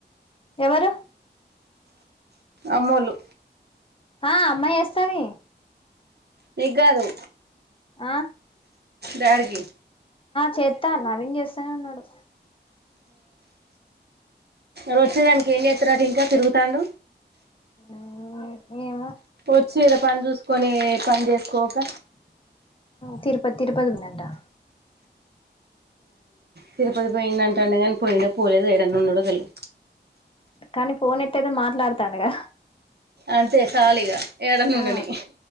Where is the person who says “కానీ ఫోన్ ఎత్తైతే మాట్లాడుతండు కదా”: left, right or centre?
Left